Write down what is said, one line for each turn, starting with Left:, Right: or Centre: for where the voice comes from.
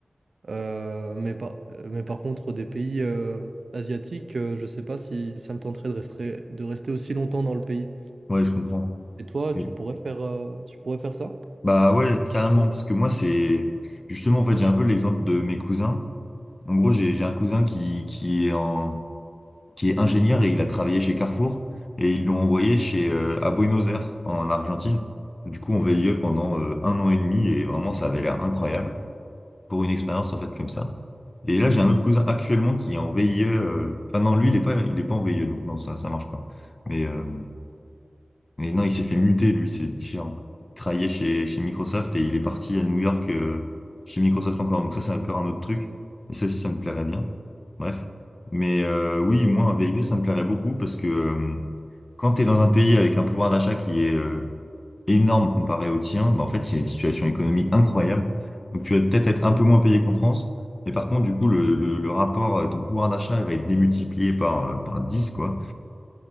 Right: Euh, mais, par, euh, mais par contre, des pays euh, asiatiques, euh, je sais pas si ça me tenterait de rester, de rester aussi longtemps dans le pays.
Left: ouais, je comprends.
Right: Et toi,
Left: Oui.
Right: tu pourrais faire, euh, tu pourrais faire ça?
Left: Bah ouais, carrément, parce que moi, c'est... Justement, en fait, j'ai un peu l'exemple de mes cousins. En gros, j'ai, j'ai un cousin qui, qui est en... qui est ingénieur et il a travaillé chez Carrefour et ils l'ont envoyé chez euh, à Buenos Aires en Argentine. Du coup, on VIE pendant euh, un an et demi et vraiment ça avait l'air incroyable pour une expérience en fait comme ça. Et là, j'ai un autre cousin actuellement qui est en VIE. euh, Enfin non, lui il est pas il est pas en VIE donc non ça ça marche pas. Mais euh, mais non, il s'est fait muter, lui, c'est différent. Il travaillait chez, chez Microsoft et il est parti à New York euh, chez Microsoft encore. Donc ça, c'est encore un autre truc. Et ça aussi, ça me plairait bien. Bref. Mais euh, oui, moi, un VIB, ça me plairait beaucoup parce que euh, quand tu es dans un pays avec un pouvoir d'achat qui est euh, énorme comparé au tien, bah, en fait, c'est une situation économique incroyable. Donc tu vas peut-être être un peu moins payé qu'en France. Mais par contre, du coup, le, le, le rapport, euh, ton pouvoir d'achat, il va être démultiplié par, euh, par 10 quoi.